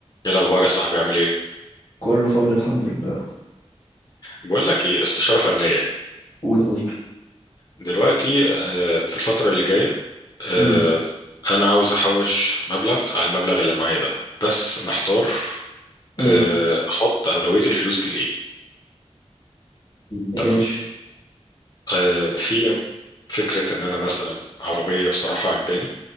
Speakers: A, on the left; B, on the left.
A: ايه الاخبار يا صاحبي عامل ايه
B: كله فل الحمد لله
A: بقول لك ايه استشاره فنيه
B: قول يا صديقي
A: دلوقتي آه، في الفتره اللي جايه آه،
B: امم
A: انا عاوز احوش مبلغ على المبلغ اللي معايا ده بس محتار
B: امم
A: آه، احط اولويه الفلوس دي لايه
B: ماشي
A: تمام آه، في فكره ان انا مثلا عربيه بصراحه عجباني